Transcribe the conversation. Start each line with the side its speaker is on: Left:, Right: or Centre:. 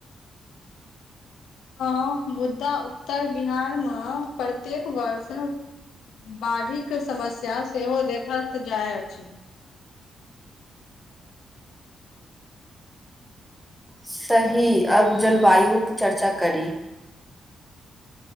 Left: हँ मुदा उत्तर बिहारमे प्रत्येक वर्ष बाढ़ि के समस्या सेहो देखत जाइ अछि
Centre: सही अब जलवायुक चर्चा करी